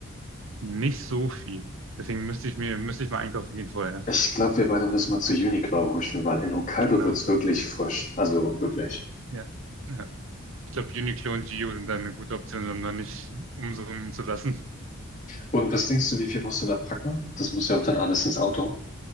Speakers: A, on the right; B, on the left.
A: Nicht so viel. Deswegen müsste ich mir, müsste ich mal einkaufen gehen vorher.
B: Ich glaube, wir beide müssen mal zu Uniqlo huschen, weil in Hokkaido
A: Genau.
B: wird's wirklich frisch. Also wirklich.
A: Ja. Ja. Ich glaube, Uniqlo und Gio sind dann eine gute Option, um da nicht umsummen zu lassen.
B: Und was denkst du, wie viel musst du da packen? Das muss ja auch dann alles ins Auto.